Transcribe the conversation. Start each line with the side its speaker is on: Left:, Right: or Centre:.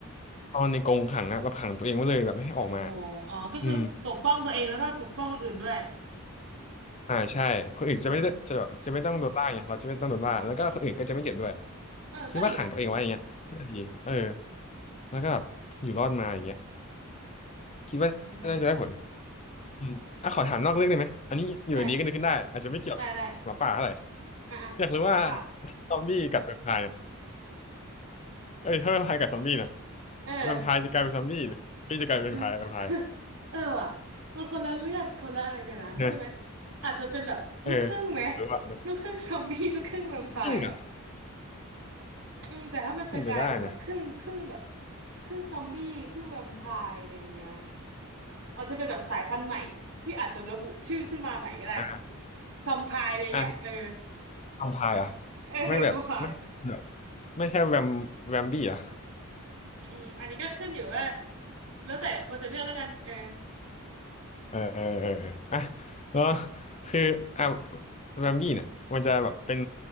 Left: นอนในกรงขังอะแบบขังตัวเองไว้เลยแบบไม่ให้ออกมา
Right: โอ้โหอ๋อก็คือปกป้องตัวเองแล้วก็ปกป้องคนอื่นด้วย
Left: อืมอ่าใช่คนอื่นจะไม่ได้จะแบบจะไม่ต้องโดนล่าไงเราจะไม่ต้องโดนล่าแล้วก็คนอื่นก็จะไม่เจ็บด้วย
Right: อืมเออก็ดีนะ
Left: คิดว่าขังตัวเองไว้อย่างเงี้ยน่าจะดีเออแล้วก็แบบอยู่รอดมาอย่างเงี้ยคิดว่าน่าจะได้ผล
Right: อืม
Left: อืมอ่ะขอถามนอกเรื่องได้ไหมอันนี้อยู่ดีก็นึกขึ้นได้อาจจะไม่เกี่ยวกับหมาป่าเท่าไหร่
Right: ได้ได้ได้อ่ะอ่ะ
Left: อยากรู้ว่า
Right: ว่า
Left: ซอมบี้กัดแวมไพร์เนี่ยเอ้ยถ้าแวมไพร์กัดซอมบี้เนี่ย
Right: เออ
Left: แวมไพร์จะกลายเป็นซอมบี้หรือซอมบี้จะกลายเป็นแวมไพร์แวมไพร์
Right: <laughs> เออว่ะมันคนละเรื่องคนละอะไรกันนะใช่ไหม
Left: เนี่ย
Right: อาจจะเป็นแบบลูกครึ่งไหม
Left: เอออยากรู้ว่าเนี่ย
Right: ลูกครึ่งซอมบี้ <laughs> ลูกครึ่งแวมไพร์อ่ะ
Left: ครึ่งอ่ะ
Right: อืมแต่ถ้ามันจะกลายเป็นแบบครึ่งครึ่งแบบ
Left: มันไปได้นะ
Right: ครึ่งซอมบี้ครึ่งแวมไพร์อะไรอย่างเงี้ยอาจจะเป็นแบบสายพันธุ์ใหม่ที่อาจจะระบุชื่อขึ้นมาใหม่ก็ได้
Left: <laughs> อ่ะ
Right: ซอมไพร์อะไรเงี้ยเออ
Left: อ่ะแวมไพร์เหรอ่ะ
Right: เออ
Left: ไม่แบบไม่แบบ
Right: <laughs> สบาย
Left: ไม่ใช่แวมแวมบี้เหรอ่ะ
Right: อืมอันนี้ก็ขึ้นอยู่ว่าแล้วแต่คนจะเลือกแล้วกันเออ
Left: เออเออเออเอออ่ะแล้วคืออ่ะแวมบี้เนี่ยมันจะแบบเป็น